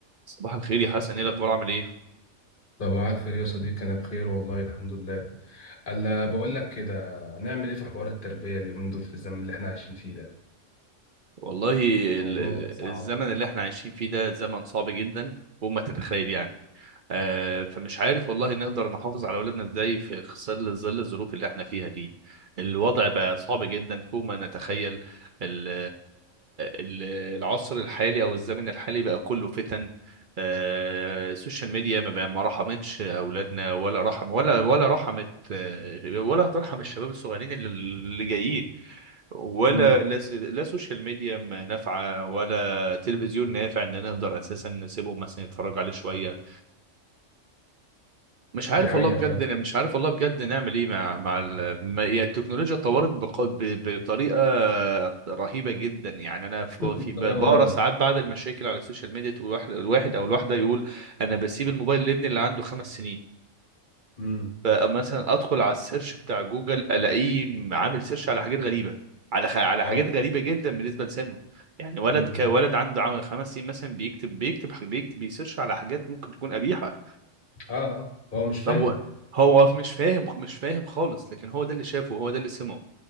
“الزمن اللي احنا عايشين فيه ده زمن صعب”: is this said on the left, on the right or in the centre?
Right